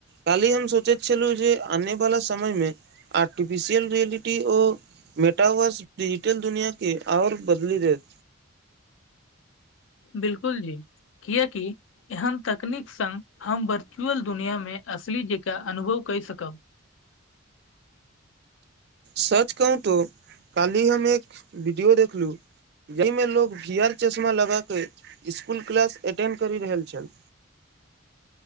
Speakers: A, on the right; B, on the left.
A: कालहि हम सोचैत छलहुँ जे आने वाला समय मे आर्टिफिशियल रियलिटी ओ मेटावर्स डिजिटल दुनिया के आओर बदली देत।
B: बिलकुल जी किया की एहन तकनीक सङ्ग हम वर्चुअल दुनिआँमे असली जेकाँ अनुभव कइ सकब।
A: सच कहूं तो कालहि हम एक वीडियो देखलूं जाहिमे लोक जीयर चश्मा लगा कऽ इसकुल क्लास अटेंड करि रहल छल।